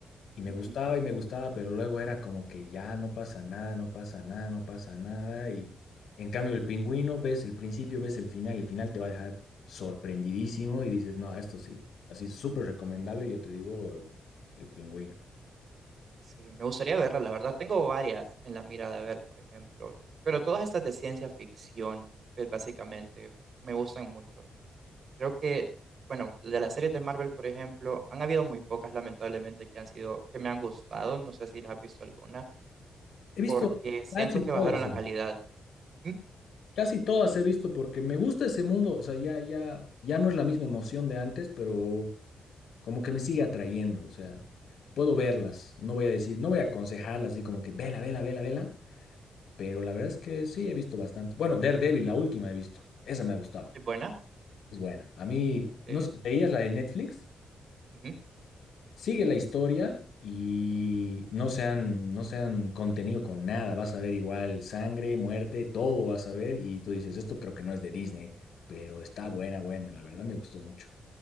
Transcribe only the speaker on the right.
Ujú.
Sí, me gustaría verla, la verdad. Tengo varias en la mira de ver, por ejemplo. Pero todas estas de ciencia ficción, pues, básicamente, me gustan mucho. Creo que, bueno, de las series de Marvel, por ejemplo, han habido muy pocas, lamentablemente, que han sido, que me han gustado. No sé si las has visto alguna,
porque siento
que
bajaron la
calidad.
¿Mm?
¿Es buena?
Eh,
ujú.